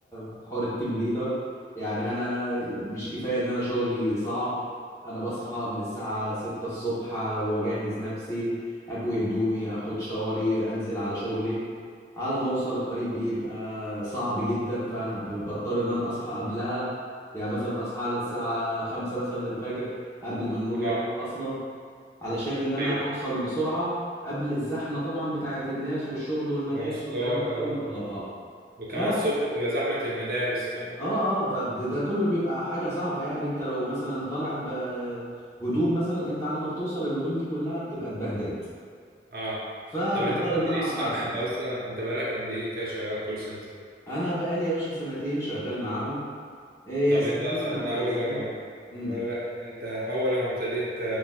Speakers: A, on the left; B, on the right.
A: في حوار التيم ليدر يعني انا مش كفايه ان انا شغلي صعب انا بصحى من الساعه 6 الصبح واجهز نفسي اكوي هدومي اخد شاوري انزل على شغلي على ما اوصل الطريق بيبقى صعب جدا فانا ب- بضطر ان انا اصحى قبلها يعني مثلا اصحى على الساعه 5 مثلا الفجر قبل ما النور يطلع
B: اه
A: اصلا علشان ان انا
B: ايوه
A: اوصل بسرعه قبل الزحمه طبعا بتاعه الناس والشغل والمدارس
B: مواصلات
A: والكلام ده
B: اه
A: كله اه اه
B: وكمان
A: ف اه
B: الصبح بتبقى زحمه المدارس كمان
A: اه فده ده كله بيبقى حاجه صعبه يعني انت لو مثلا طالع بهدوم مثلا انت على ما بتوصل الهدوم دي كلها بتبقى اتبهدلت
B: اه
A: فبضطر
B: طب انت ما قلتليش
A: ان انا اطلع
B: صح
A: الصبح
B: انت اصلا انت بقالك قد ايه كده شغال كول سنتر
A: انا بقالي يا باشا سنتين شغال معاهم إيه
B: طب
A: سنتين
B: انت اصلا
A: كانوا كويسين
B: اول لما
A: إمم.
B: بقالك انت اول لما ابتديت